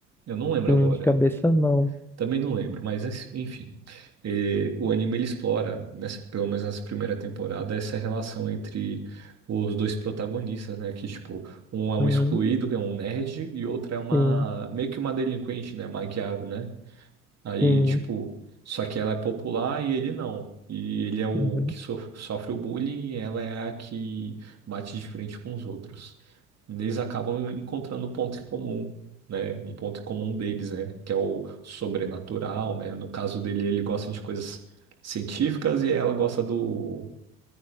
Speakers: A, on the right; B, in the centre.
A: Eu não lembro
B: hum,
A: agora.
B: de cabeça não.
A: Também não lembro, mas ens- enfim. Eh, o anime ele explora, nessa, pelo menos nessa primeira temporada, essa relação entre os dois protagonistas, né? Que, tipo, um é um
B: Uhum,
A: excluído, que é um nerd, e outra é uma,
B: sim,
A: meio que uma delinquente, né? Uma Gyaru, né? Aí,
B: sim,
A: tipo, só que ela é popular e ele não. E ele é o
B: uhum.
A: que sof- sofre o bullying e ela é a que bate de frente com os outros. Eles acabam encontrando um ponto em comum, né? Um ponto em comum deles, né? Que é o sobrenatural, né? No caso dele, ele gosta de coisas científicas e ela gosta do,